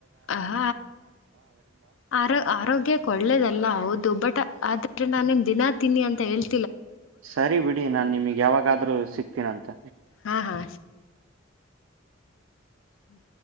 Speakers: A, on the left (about 75°); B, on the right (about 80°).
A: ಹಹ ಆರ ಆರೋಗ್ಯ ಒಳ್ಳೇದಲ್ಲ ಹೌದು ಬಟ್ ಆದ್ರೆ ನಾನ ನಿಮ್ ದಿನಾ ತಿನ್ನಿ ಅಂತ ಹೇಳಿ
B: ಸರಿ ಬಿಡಿ ನಾನ್ ನಿಮಗ್ ಯಾವಾಗಾದ್ರೂ ಸಿಗ್ತೀನಂತ
A: ಹಾ ಹಾ ಹ್ಮ್